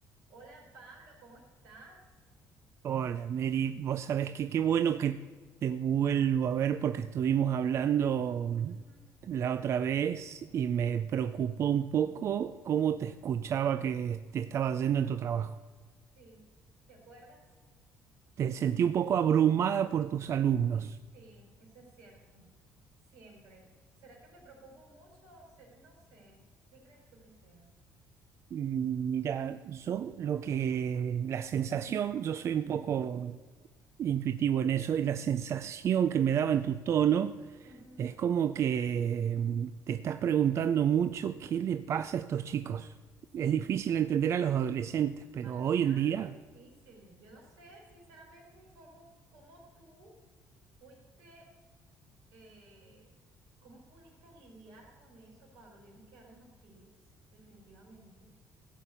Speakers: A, on the right (about 80°); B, on the right (about 45°).
A: Hola Pablo, ¿cómo estás?
B: Hola Mary, vos sabés que qué bueno que te vuelvo a ver porque estuvimos hablando
A: Ujú,
B: la otra vez y me preocupó un poco cómo te escuchaba que te estaba yendo en tu trabajo.
A: Sí, ¿te acuerdas?
B: Te sentí un poco abrumada por tus alumnos.
A: Sí, eso es cierto. Siempre. ¿Será que me preocupo mucho? Se- No sé. ¿Qué crees tú que sea?
B: Mm, Mira, yo lo que, la sensación, yo soy un poco intuitivo en eso y la sensación que me daba en tu tono.
A: Ujú,
B: Es como que mm, te estás preguntando mucho qué le pasa a estos chicos.
A: Sí,
B: Es difícil entender a los adolescentes, pero
A: bastante
B: hoy en día,
A: difícil. Yo no sé, sinceramente, cómo, cómo tú fuiste, eh, cómo pudiste lidiar con eso, Pablo. Tienes que darme unos tips, definitivamente.